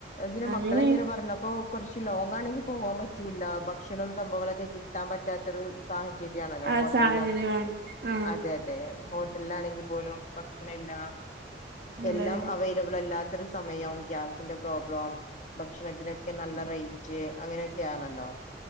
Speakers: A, on the left; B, on the right.
A: ഇങ്ങനെ
B: അങ്ങനെ
A: മക്കള എങ്ങനെ പറഞ്ഞപ്പോ കുറച്ച്ു ലോങ്ങ ആണെങ്കിൽ പോവാൻ പറ്റൂല്ല ഭക്ഷണം സംഭവങ്ങളൊക്കെ കിട്ടാൻ പറ്റാത്തൊരു സാഹചര്യ ണല്ലോ
B: ആ
A: ഹോട്ടലില
B: സാഹചര്യമാണ് ആ
A: അതെ അതെ എല്ലാണെങ്കി പോലും ഭക്ഷണ ഇല്ല
B: അതെ
A: എല്ലാം
B: അതെ
A: അവൈലബിൾ അല്ലാത്ത സമയം ഗ്യാസിന്റെ പ്രോബ്ലം ഭക്ഷണത്തിനൊക്കെ നല്ല റേറ്റ് അങ്ങനെയൊക്കെയാണല്ലോ